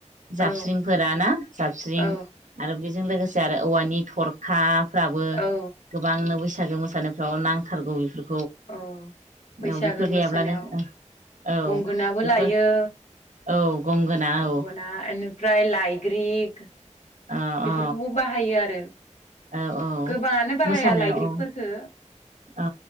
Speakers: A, on the right (about 85°); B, on the left (about 65°).
A: जाबस्रिंफोरा
B: औ
A: ना जाबस्रिं।
B: औ
A: बेजों लोगोसे आरो औवानि थरखा फोराबो
B: औ
A: गोबांनो बैसागो मोसानायफ्राव नांथारगौ बेफोरखौ।
B: ओ बैसागो
A: औ बेफोर
B: मोसानायाव
A: गैयाब्लानो औ
B: गंगोनाबो
A: बेफोर
B: लायो।
A: औ गंगोना औ
B: गना ओनोफ्राय लायग्रिक।
A: औ
B: बेफोरखौबो
A: औ
B: बाहायो आरो।
A: औ औ
B: गोबाङानो बाहाया
A: मोसानायाव
B: लायग्रिफोरखो।
A: औ औ